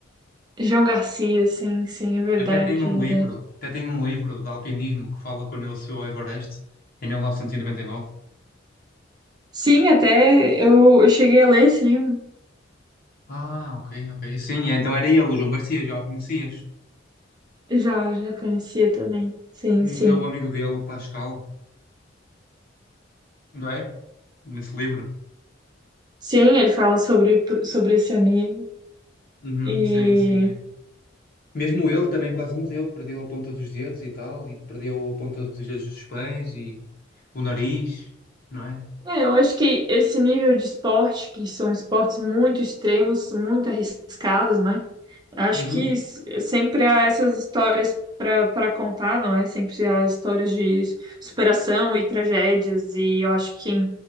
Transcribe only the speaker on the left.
Até tem um
livro, até tem um livro de alpinismo que fala quando ele subiu ao Everest em mil novecentos e e noventa e nove.
Ah, ok, ok. Sim, é, então era ele, o João Garcia, já o conhecias.
Morreu
o amigo dele, o Pascal, não é? Nesse livro.
Uhum,
sim, sim, é. Mesmo ele também quase morreu, perdeu a ponta dos dedos e tal, e perdeu a ponta dos dedos dos pés e o nariz, não é?
Uhum.